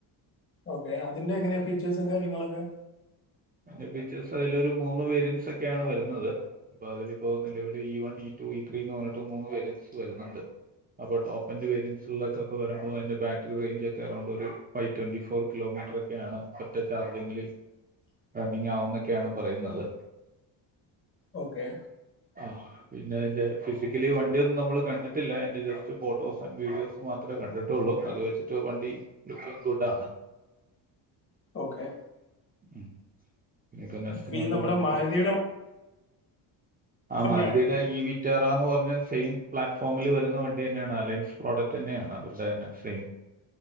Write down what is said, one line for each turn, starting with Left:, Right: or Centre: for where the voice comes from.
Left: ഓക്കെ അതിന്റെ എങ്ങനെയ ഫീച്ചേഴസും കാര്യങ്ങളൊക്കെ
Right: അന്റെ ഫീച്ചേഴ്സ് അതിലൊരു മൂന്ന് വേരിയൻസ് ഒക്കെയാണ് വരുന്നത് അപ്പൊ അതില ഇപ്പോ നിലവൽ E one E two E three എന്ന് പറഞ്ഞിട്ട് മൂന്ന് വേരിയൻസ് വരുന്നുണ്ട് അപ്പൊടോപ്പന്റ് പേയൻസക്കെരുമ്പോ അതിന്റെ ബാറ്ററി റേഞ്ച് ഒക്കെറൗണ്ട് ഒരു ഫൈവ് ട്വന്റി ഫോർ കിലോമീറ്റർ മീറ്ററൊക്കെയാണ് ഒറ്റ ചാർജിങ്ങിൽ
Left: <unintelligible>
Right: റണ്ണിങ് ആവുന്നൊക്കെയാണ് പറയുന്നത്
Left: ഓക്കെ
Right: ആ പിന്നെ അതിന്റെ ഫിസിക്കലി വണ്ടിന്നും നമ്മള് കണ്ടിട്ടില്ല അതിന്റെ ജസ്റ്റ് ഫോട്ടോസ് ആൻഡ് വീഡിയോസ് മാത്രമേ കണ്ടിട്ടുള്ളൂ അത് വെച്ചിട്ട് വണ്ടി ലുക്കി ഗുഡ് ആണ്
Left: ഓക്കെ
Right: മം ഇഞ്ഞ് ഇപ്പോ നെസ്റ്റ്
Left: അപ്പൊ
Right: മന്ത്
Left: ഈ നമ്മുടെ
Right: വണ്ടി
Left: മാരുതിയുടെ
Right: ആ
Left: തന്നെയാണ്
Right: മാരുതിയുടെ ഈ വിറ്റാറന്ന് പറഞ്ഞ സെയിം പ്ലാറ്റ്ഫോമിൽ വരുന്ന വണ്ടി തന്നെയാണ് അലയൻസ് പ്രോഡക്റ്റ് തന്നെയാണ് അവരുടെ തന്നെ സെയിം